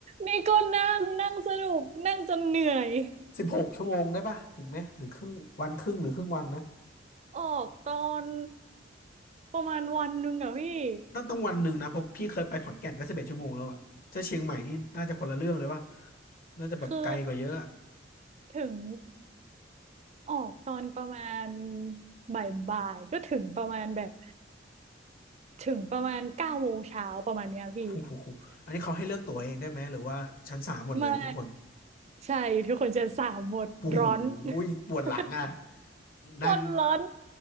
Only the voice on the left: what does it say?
สิบหกชั่วโมงได้ปะถึงไหมหรือครึ่งวันครึ่งหรือครึ่งวันนะ
ต้องต้องวันหนึ่งนะเพราะพี่เคยไปขอนแก่นก็สิบเอ็ดชั่วโมงแล้วอะถ้าเชียงใหม่นี่น่าจะคนละเรื่องเลยป่ะน่าจะแบบไกลกว่าเยอะอะ
โอ้โหอันนี้เขาให้เลือกตั๋วเองได้ไหมหรือว่าชั้นสามหมดเลยทุกคน
โอ้โห
ปวดหลังอ่ะนั่ง